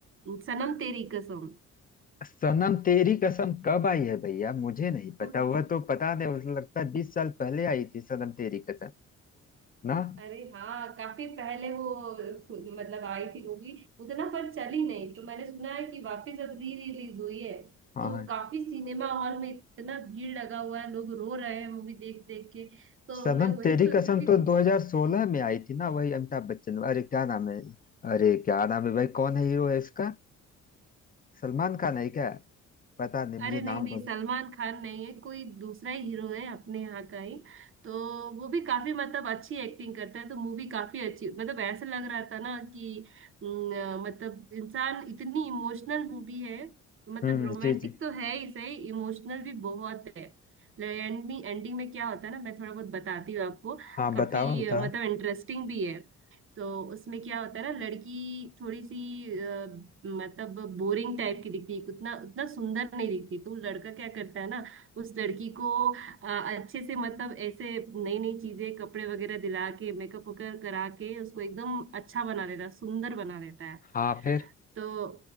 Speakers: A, on the right; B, on the left.
A: सनम तेरी कसम
B: सनम तेरी कसम कब आई है भैया मुझे नहीं पता
A: <laughs>
B: वह तो पता नहीं मुझे लगता है बीस साल पहले आई थी सनम तेरी कसम ना
A: अरे हाँ काफी पहले वो खुद- मतलब आई थी मूवी उतना पर चली नहीं तो मैंने सुना है कि वापस अब री रिलीज हुई है
B: हाँ
A: तो
B: हाँ
A: काफी सिनेमा हॉल में इतना भीड़ लगा हुआ है लोग रो रहे हैं मूवी देख देख के तो
B: सनम
A: मैं वही
B: तेरी
A: सोच
B: कसम
A: रही
B: तो
A: हूँ
B: 2016 में आई थी ना वही अमिताभ बच्चन अरे क्या नाम है अरे क्या नाम है भाई कौन है हीरो है इसका सलमान खान है क्या पता नहीं मुझे
A: अरे नहीं
B: नाम
A: नहीं
B: भूल
A: सलमान खान नहीं है कोई दूसरा ही हीरो है अपने यहाँ का ही तो वो भी काफी मतलब अच्छी एक्टिंग करता है तो मूवी काफी अच्छी मतलब ऐसा लग रहा था ना कि न, मतलब इंसान इतनी इमोशनल मूवी है मतलब
B: हम्म
A: रोमांटिक
B: जी जी
A: तो है ही सही इमोशनल भी बहुत है एंडिंग एंडिंग में क्या होता है ना मैं थोड़ा बहुत बताती हूँ आपको
B: हाँ
A: काफी
B: बताओ बताओ
A: अ, मतलब इंटरेस्टिंग भी है तो उसमें क्या होता है ना लड़की थोड़ी सी अ, मतलब बोरिंग टाइप की दिखती है उतना उतना सुंदर नहीं दिखती तो लड़का क्या करता है ना उस लड़की को अ, अच्छे से मतलब ऐसे नई नई चीजें कपड़े वगैरह दिला के मेकअप वगैरह करा के उसको एकदम अच्छा बना देता है सुंदर बना देता है
B: हाँ फिर
A: तो